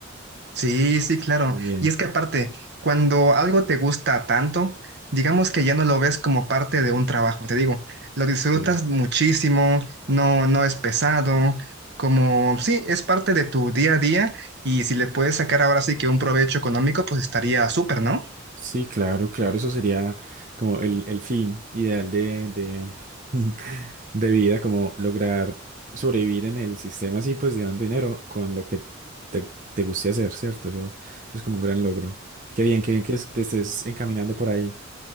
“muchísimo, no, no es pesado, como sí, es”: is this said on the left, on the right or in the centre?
Right